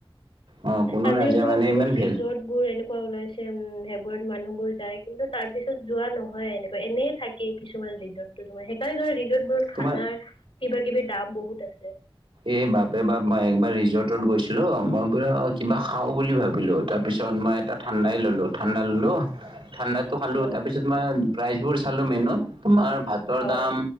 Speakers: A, on the right; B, on the left.
A: অ কোনো
B: আজিকালি
A: নাযায়
B: তোমাৰ
A: মানে
B: বহুত
A: ইমান ভেল
B: ৰিজৰ্ট বোৰ এনেকুৱা ওলাইছে, উম' সেইবোৰত মানুহ বোৰ যায়। কিন্তু তাৰ পিছত যোৱা নহয় এনেও। এনেই থাকে কিছুমান ৰিজৰ্ট টো তোমাৰ, সেইকাৰণে ধৰা ৰিজৰ্ট বোৰত খানাৰ
A: তোমাৰ
B: কিবা-কিবি দাম বহুত আছে।
A: এই বাপৰে বাপ, মই একবাৰ ৰিজৰ্টত গৈছিলো, মই পূৰা কিবা খাওঁ বুলি ভাবিলো। তাৰপিছত মই এটা ঠাণ্ডাই
B: উম
A: ললোঁ, ঠাণ্ডা ললোঁ, ঠাণ্ডাতো খালোঁ
B: অ
A: তাৰপিছত মই প্ৰাইজ বোৰ চালো মেনুত, তোমাৰ ভাতৰ
B: অ
A: দাম